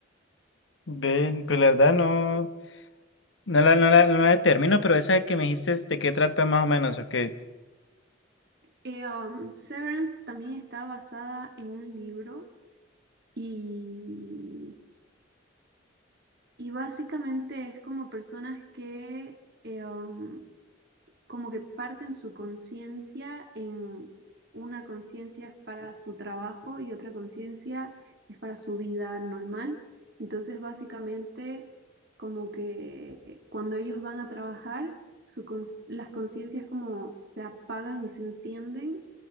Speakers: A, on the left; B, on the right.
A: ven, pues la verdad no, no la, no la, no la determino, pero esa que me dijiste, ¿de qué trata más o menos o qué?
B: Eh, um, Severance también está basada en un libro y Y básicamente es como personas que eh, um, como que parten su conciencia en una conciencia es para su trabajo y otra conciencia es para su vida normal. Entonces, básicamente, como que cuando ellos van a trabajar, su cons- las conciencias como se apagan y se encienden